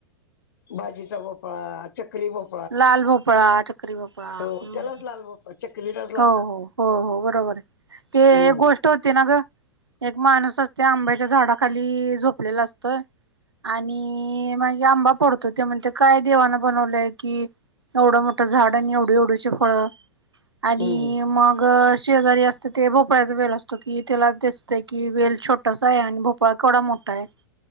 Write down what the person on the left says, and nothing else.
बाजीचा भोपळा चकरी बप
हो त्यालाच लाल बा चक्रीला
हम्म
हम्म